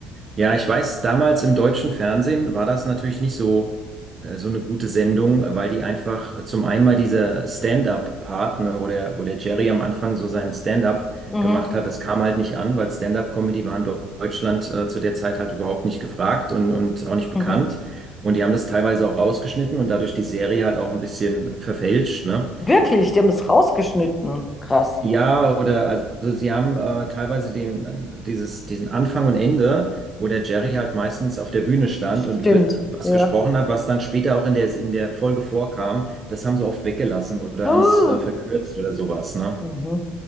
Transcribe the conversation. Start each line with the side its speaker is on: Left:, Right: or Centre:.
Right: Ja, ich weiß, damals im deutschen Fernsehen war das natürlich nicht so, äh, so eine gute Sendung, weil die einfach äh, zum einen mal dieser Stand-up-Part, ne, wo der, wo der Jerry am Anfang so seinen Stand-up
Left: Mhm.
Right: gemacht hat, das kam halt nicht an, weil Stand-up-Comedy war in Deu- Deutschland äh, zu der Zeit halt überhaupt nicht gefragt und, und auch nicht bekannt.
Left: Mhm.
Right: Und die haben das teilweise auch rausgeschnitten und dadurch die Serie halt auch ein bisschen verfälscht, ne?
Left: Wirklich, die haben es rausgeschnitten. Krass.
Right: Ja, oder also sie haben äh, teilweise den, äh, dieses, diesen Anfang und Ende, wo der Jerry halt meistens auf der Bühne stand
Left: Stimmt,
Right: und über was
Left: ja.
Right: gesprochen hat, was dann später auch in der, in der Folge vorkam, das haben sie oft weggelassen oder
Left: Ah,
Right: haben es äh, verkürzt oder sowas, ne?
Left: Mhm.